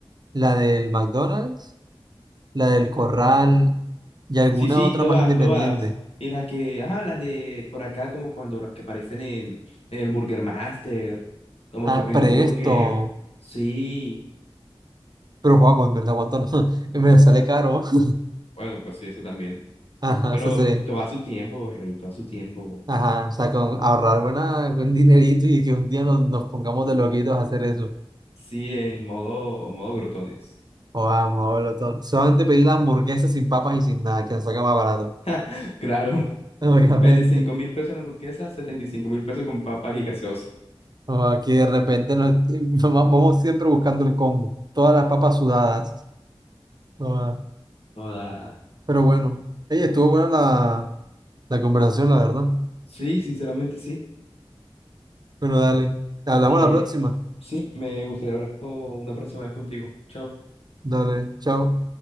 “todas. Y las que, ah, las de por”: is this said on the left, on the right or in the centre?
Left